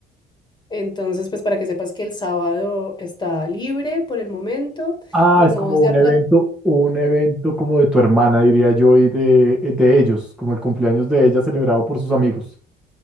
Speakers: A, on the left (about 25°); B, in the centre.
A: Entonces, pues para que sepas que el sábado está libre por el momento,
B: Ah,
A: ni
B: es
A: modos
B: como un
A: de aplazar.
B: evento, un evento como de tu hermana, diría yo, y de, eh, de ellos, como el cumpleaños de ella celebrado por sus amigos.